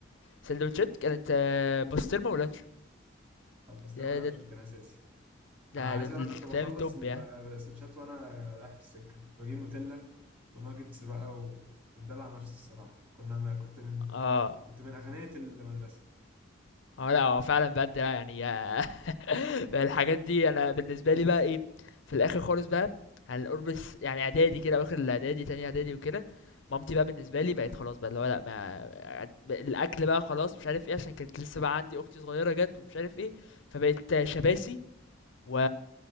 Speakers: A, on the left (about 65°); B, on the right (about 25°).
A: سندوتشات كانت آه، بسطرمه ولانشون
B: اب بس
A: ده
B: ما
A: ده
B: انشر
A: ده,
B: كان اساسي
A: ده,
B: انا عايز
A: ده, ده
B: اقول لك كنت بخلص
A: فاهم التوب
B: السنشات
A: يعني
B: وانا رايح في السكه كنت بجيب نوتيلا وناجتس بقى وكنت مدلع نفسي الصراحه كنا ما كنت من
A: اه
B: كنت من اغنيه المدرسه
A: اه لأ هو فعلًا بجد لأ يعني <laughs> بقى الحاجات دي أنا بالنسبة لي بقى إيه، في الآخر خالص بقى على قرب الس يعني إعدادي كده أواخر الإعدادي، تانية إعدادي وكده، مامتي بقى بالنسبة لي بقت خلاص بقى اللي هو لأ ما الأكل بقى خلاص مش عارف إيه، عشان كانت لسه بقى عندي أختي صغيرة جات ومش عارف إيه، فبقت شباسي و